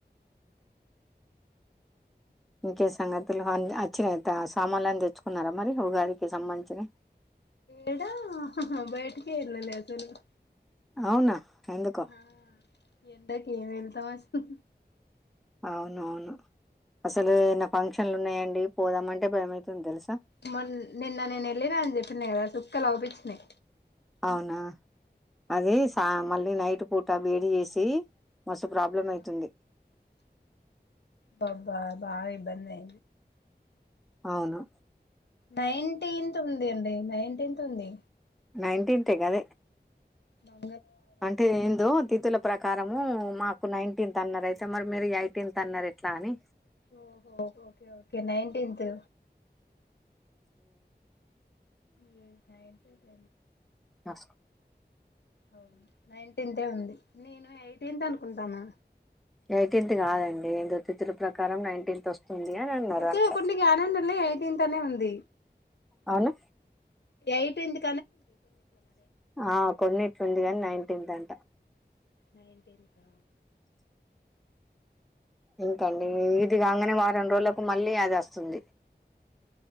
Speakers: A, in the centre; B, on the left.
A: ఇంకే సంగతులు వచ్చినయి సామాన్లు అని తెచ్చుకున్నారా మరి ఉగాదికి సంబంధించిన
B: ఏడా బయటికే వెళ్ళ లేదు అస్సలు
A: అవునా? ఎందుకో?
B: ఆ ఎండకి ఏమి వెళ్తాం అసలు
A: అవును అవును అసలు ఏన్న ఫంక్షన్లు ఉన్నాయండి పోదామంటే భయం అయితుంది తెలుసు
B: మ నిన్న నేను వె లే అ చెప్పన్నద కలావుబస్ న
A: అవునా అది సా మళ్ళీ నైట్ పూట వేడి చేసి మసు ప్రాబ్లం
B: ఆ
A: అయితుంది
B: బాబా బాగా ఇబ్బంది
A: అవునా
B: నైన్టీన్త్ ఉంది అండి నైన్టీన్త్ ఉంది
A: నైన్టీన్త్ కద
B: బా
A: అంటే ఏందు తితుల ప్రకారము మాకు నైన్టీన్త్ అన్నారు అయితే మరి మీరు ఎయిటీన్త్ అన్నారు ఎట్లా అని
B: ఓహో ఓకే ఓకే నైన్టీన్త్ నైన్టీన్త్
A: ఆ స్
B: వును నైన్టీన్ అంతే ఉంది నేను ఎయిటీన్త్ అనుకుంటాను
A: ఎయిటీన్త్ కాదండి ఎంతో తితుల ప్రకారం నైన్టీన్త్ వస్తుంది అని అన్నారు
B: అయితే
A: అంట
B: కొన్ని గ్యలేందర్నే ఎయిటీన్తనే ఉంది.
A: అవునా
B: ఏయిటీంత్
A: ఆ కొన్నిట్లూంది కానీ నైన్టీన్త్ అం టా
B: నైన్టీన్త
A: ఇంకాండి ఇది కంగానే వ రెండ్రోలకు మళ్ళీ అదోస్తుంది.